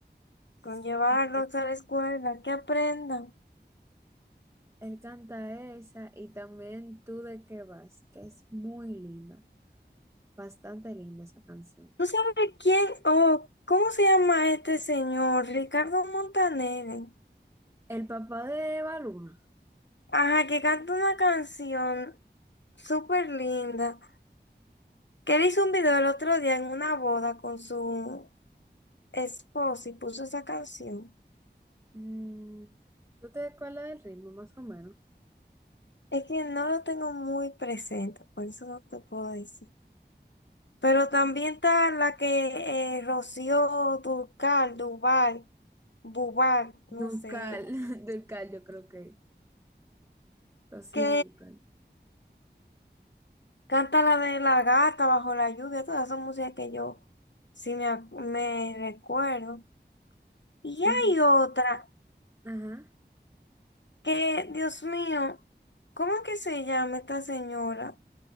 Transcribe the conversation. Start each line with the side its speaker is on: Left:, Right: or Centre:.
Right: Sí.
Left: con llevarlos a la escuela, que aprendan.
Right: Él canta esa y también Tú de qué vas, que es muy linda, bastante linda esa canción.
Left: ¿Tú sabes quién? Oh, ¿cómo se llama este señor? Ricardo Montaner.
Right: El papá de Eva Luna.
Left: Ajá, que canta una canción súper linda. Que él hizo un video el otro día en una boda con su esposa y puso esa canción.
Right: mm, ¿tú te acuerdas del ritmo más o menos?
Left: Es que no lo tengo muy presente, por eso no te puedo decir. Pero también está la que eh, Rocío Dúrcal, Duval, Bubal, no
Right: Dulcal,
Left: sé,
Right: Dulcal <laughs> yo creo que. Rocío
Left: que
Right: Dulcal.
Left: Canta la de la gata bajo la lluvia, todas son músicas que yo sí me, ac- me recuerdo. Y
Right: Sí,
Left: hay
Right: es-
Left: otra
Right: Ajá.
Left: que, Dios mío, ¿cómo es que se llama esta señora?